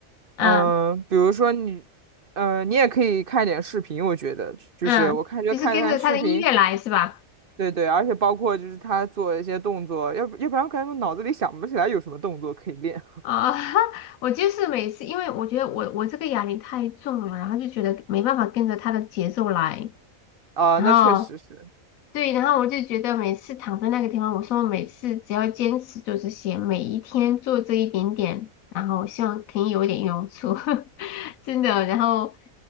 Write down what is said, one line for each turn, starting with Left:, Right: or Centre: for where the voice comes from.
Left: 嗯
Right: 嗯、比如说你，嗯、你也可以看点视频，我觉得就是我看就看看视频，
Left: 嗯，就是跟着他的音乐来是吧？
Right: 对对，而且包括就是他做一些动作，要不要不然我感觉我脑子里想不起来有什么动作可以练。
Left: 啊，<laughs> 我就是每次，因为我觉得我我这个哑铃太重了，然后就觉得没办法跟着他的节奏来，
Right: 啊、
Left: 然后
Right: 那确实是。
Left: 对，然后我就觉得每次躺在那个地方，我说我每次只要坚持做这些，每一天做这一点点，然后希望可以有一点用处，<laughs> 真的，然后